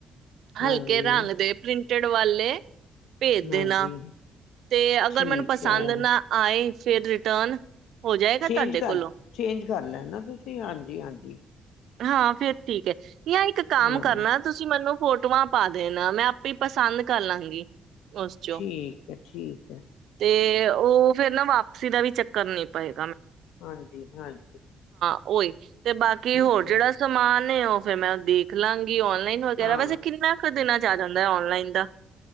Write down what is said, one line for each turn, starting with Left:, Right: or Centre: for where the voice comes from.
Left: ਹਾਂਜੀ
Right: ਹਲਕੇ ਰੰਗ ਦੇ ਪ੍ਰਿੰਟ ਕੁੜਤੇ ਵਾਲੇ ਭੇਜ ਦੇ
Left: ਹਾਂਜੀ
Right: ਨਾ ਤੇ ਅਗਰ
Left: ਠੀਕ
Right: ਮੈਨੂੰ ਪਸੰਦ
Left: ਹੈ
Right: ਨਾ ਆਏ ਫੇਿਰ ਰਿਟਰਨ ਹੋ ਜਾਏਗਾ
Left: ਚੇਂਜ
Right: ਤੁਹਾਡੇ
Left: ਕਰ
Right: ਕੋਲੋਂ
Left: ਚੇਂਜ ਕਰ ਲੈਣਾ ਤੁਸੀਂ ਹਾਂਜੀ ਹਾਂਜੀ
Right: ਹਾਂ ਫੇਿਰ ਠੀਕ ਹੈ ਜਾਂ ਇੱਕ ਕੰਮ
Left: ਹਾਂ
Right: ਕਰਨਾ ਤੁਸੀਂ ਮੈਨੂੰ ਫੋਟੋਆਂ ਪਾ ਦੇਣਾ ਮੈਂ ਆਪੇ ਪਸੰਦ ਕਰ ਲਾਂਗੀ ਉਸ ਚੋਂ
Left: ਠੀਕ ਹੈ ਠੀਕ ਹੈ
Right: ਤੇ ਉਹ ਫੇਿਰ ਨਾ ਵਾਪਸੀ ਦਾ ਵੀ ਚੱਕਰ ਨੀ ਪਾਏ
Left: ਹਾਂਜੀ ਹਾਂਜੀ
Right: ਉ ਓਹੀ ਤੇ ਬਾਕੀ
Left: ਠੀਕ
Right: ਹੋਰ ਜਿਹੜਾ
Left: ਹੈ
Right: ਸਮਾਨ ਨੇ ਉਹ ਫੇਿਰ ਮੈਂ ਉਹ ਦੇਖ ਲਾਂਗੀ ਔਨਲਾਈਨ ਵਗੈਰਾ
Left: ਹਾਂ
Right: ਵੈਸੇ ਕਿੰਨਾ ਕੁ ਦਿਨਾਂ ਚ ਆ ਜਾਂਦਾ ਹੈ ਔਨਲਾਈਨ ਦਾ